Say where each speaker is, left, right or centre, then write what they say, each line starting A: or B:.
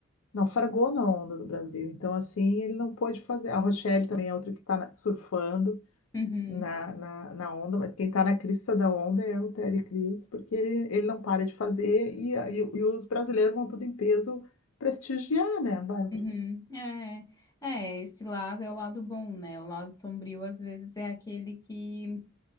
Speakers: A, on the left; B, on the left.
A: naufragou na onda do Brasil. Então, assim, ele não pôde fazer. A Rochelle também é outra que tá na- surfando
B: Uhum,
A: na, na, na onda, mas quem está na crista da onda é o Terry Crews, porque ele, ele não para de fazer e, e, e os brasileiros vão tudo em peso prestigiar, né, Bárbara?
B: uhum. É, é, esse lado é o lado bom, né? O lado sombrio, às vezes, é aquele que